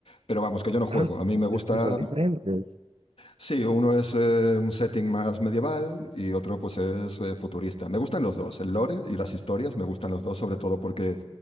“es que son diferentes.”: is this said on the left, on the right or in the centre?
Right